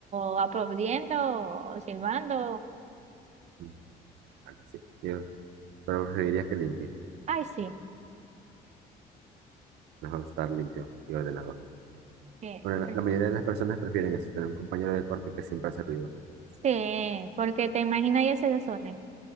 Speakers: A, on the right; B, on the right.
A: o aplaudiendo o silbando.
B: Mm, bueno, sí, yo- pero preferirías que limpie.
A: Ay, sí.
B: Mejor estar limpio y ordenado.
A: eh,
B: Bueno, la,
A: pre-
B: la mayoría de las personas prefieren eso, tener un compañero de cuarto que siempre hace ruido.
A: Sí, porque te imaginas ese desorden.